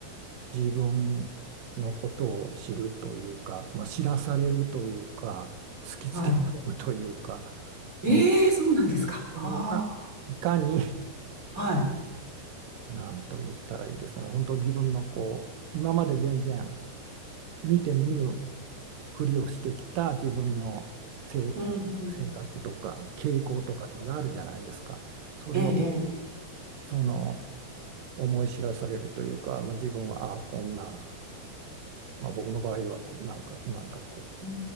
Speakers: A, on the right; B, on the right.
A: う自分のことを知るというか、まあ、知らされるというか突きつけられるというかその
B: はい。ええそうなんですか。
A: 自分がいかに
B: ああ、はい。
A: なんと言ったらいいですかね、本当自分のこう、今まで全然見て見ぬふりをしてきた自分の性、
B: うん、うん。
A: 性格とか傾向とかいうのがあるじゃないですか。それを
B: ええ、ええ。
A: その思い知らされるというか、まあ、自分はああこんな、まあ、僕の場合はこうなんか、なんかこ
B: うん、